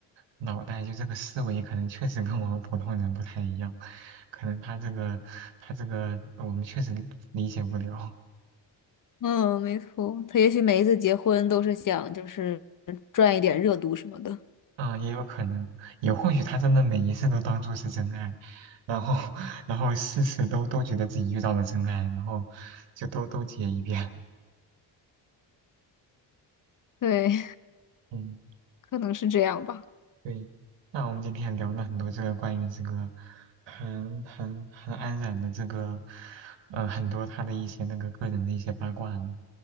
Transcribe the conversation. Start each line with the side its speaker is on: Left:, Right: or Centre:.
Right: 脑袋，就这个思维，可能确实跟我们普通人不太一样。可能他这个他这个，我们确实理解不了。
Left: 嗯，没错，他也许每一次结婚都是想就是赚一点热度什么的。
Right: 啊，也有可能，也或许他真的每一次都当做是真爱，然后 <laughs> 然后事事都都觉得自己遇到了真爱，然后就都都结一遍。
Left: 对，<laughs>
Right: 嗯
Left: 可能是这样吧。
Right: 对，那我们今天聊了很多这个关于这个韩韩韩安冉的这个，呃，很多他的一些那个个人的一些八卦呢。